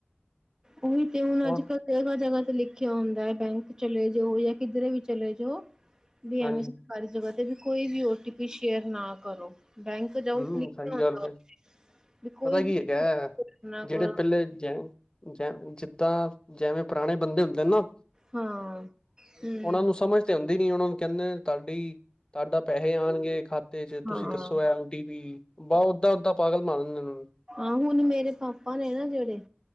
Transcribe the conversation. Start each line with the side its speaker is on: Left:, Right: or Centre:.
Right: ਉਈ ਤੇ, ਹੁਣ
Left: ਹੋਰ
Right: ਅੱਜ ਕੱਲ ਜਗਾ ਜਗਾ ਤੇ ਲਿਖਿਆ ਹੁੰਦਾ ਹੈ। ਬੈਂਕ ਚਲੇ ਜਓ, ਯਾ ਕਿਧਰੇ ਵੀ ਚਲੇ ਜਓ, ਵੀ
Left: ਹਾਂਜੀ
Right: ਐਵੇ ਸਾਰੀ ਜਗਾ ਤੇ, ਵੀ ਕੋਈ ਵੀ ਓਟੀ ਪੀ ਸ਼ੇਅਰ ਨਾ ਕਰੋ। ਬੈਂਕ ਜਾਓ,
Left: ਹਮ
Right: <unintelligible>
Left: ਸਹੀ ਗੱਲ ਹੈ
Right: ਵੀ ਕੋਈ
Left: ਪਤਾ ਕੀ
Right: ਵੀ
Left: ਐਗਾ,
Right: ਨਾ
Left: ਜਿਹੜੇ
Right: ਕਰੋ
Left: ਪੇਲੇ ਜੇਂ ਜ ਜਿੱਦਾਂ, ਜੇਵੇਂ ਪੁਰਾਣੇ ਬੰਦੇ ਹੁੰਦੇ, ਨਾ
Right: ਹਾਂ ਹੂੰ
Left: ਓਨਾਂ ਨੂੰ ਸਮਝ ਤੇ ਉਂਦੀ ਨੀ। ਓਨਾਂ ਨੂੰ ਕਹਿੰਦੇ, ਤਾਡੀ ਤਾਡਾ ਪੈਹੇ ਆਣਗੇ ਖਾਤੇ ਚ। ਤੁਸੀਂ
Right: ਹਾਂ
Left: ਦੱਸੋ, ਐ ਵੀ, ਬ ਓਦਾਂ-ਓਦਾਂ ਪਾਗਲ ਮਣਾਨੰਨੇ।
Right: ਆਹੋ, ਹੁਣ ਮੇਰੇ ਪਾਪਾ ਨੇ, ਨਾ, ਜੇੜੇ